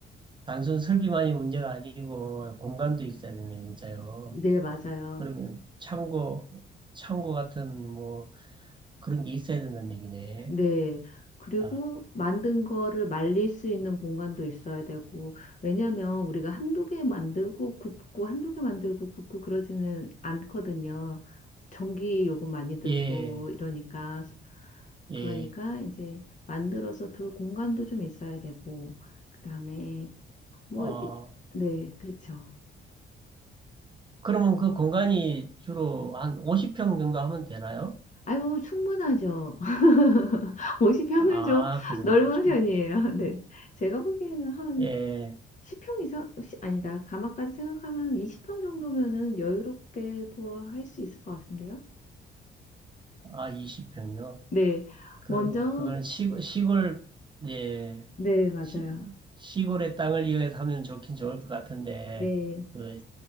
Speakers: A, on the right; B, on the left.
A: 단순 설비만이 문제가 아니고, 공간도 있어야 되네, 진짜요.
B: 네, 맞아요.
A: 그러면 창고, 창고 같은 뭐 그런 게 있어야 된다는 얘기네.
B: 네. 그리고
A: 아,
B: 만든 거를 말릴 수 있는 공간도 있어야 되고, 왜냐면 우리가 한두 개 만들고 굽고, 한두 개 만들고 굽고 그러지는 않거든요. 전기 요금 많이 들고
A: 예,
B: 이러니까,
A: 예.
B: 그러니까 이제 만들어서 둘 공간도 좀 있어야 되고, 그 다음에 뭐,
A: 어,
B: 이- 네, 그렇죠.
A: 그러면 그 공간이 주로 한 50평 정도 하면 되나요?
B: 아유, 충분하죠. <laughs> 오십 평은
A: 아,
B: 좀 <laughs>
A: 그 정도면
B: 넓은
A: 좀,
B: 편이에요. 네. 제가 보기에는 한
A: 예.
B: 10평 이상, 시- 아니다. 가마까지 생각하면 20평 정도면은 여유롭게도 할 수 있을 것 같은데요.
A: 아, 20평요.
B: 네.
A: 그러면
B: 먼저,
A: 그건 시, 시골, 예.
B: 네, 맞아요.
A: 시, 시골의 땅을 이용해서 하면 좋긴 좋을 것 같은데,
B: 네.
A: 그,